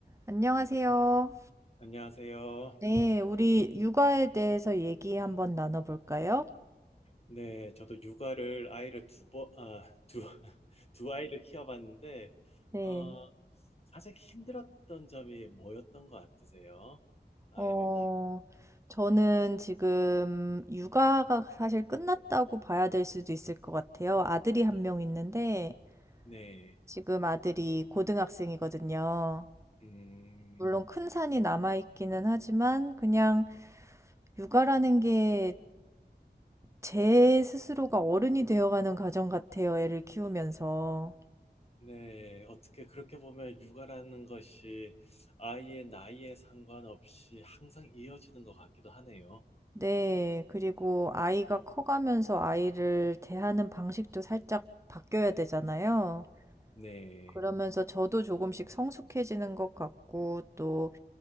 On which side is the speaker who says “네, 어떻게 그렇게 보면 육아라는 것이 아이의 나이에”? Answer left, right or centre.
Left